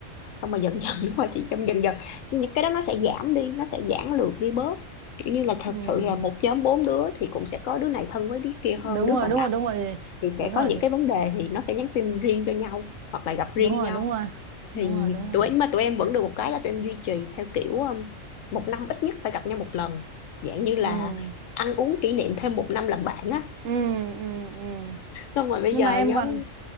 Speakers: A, on the left; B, on the right.
A: xong rồi dần dần <laughs> đúng rồi chị trong dần dần những cái đó nó sẽ giảm đi nó sẽ giãn lược đi bớt kiểu như là thật
B: ừ
A: sự là một nhóm bốn đứa thì cũng sẽ có đứa này thân với đứa kia hơn
B: đúng
A: đứa
B: rồi
A: còn
B: đúng
A: lại
B: rồi đúng rồi
A: thì
B: đúng
A: sẽ
B: rồi
A: có những cái vấn đề thì nó sẽ nhắn tin riêng cho nhau hoặc là gặp riêng
B: đúng rồi
A: nhau
B: đúng rồi
A: thì
B: đúng rồi đúng
A: tụi
B: rồi
A: em mà tụi em vẫn được một cái là tụi em duy trì theo kiểu um, một năm ít nhất phải gặp nhau một lần dạng như là
B: ừ
A: ăn uống kỷ niệm thêm một năm làm bạn á
B: ừ ừ ừ
A: xong rồi bây
B: nhưng
A: giờ
B: mà em
A: nhóm
B: còn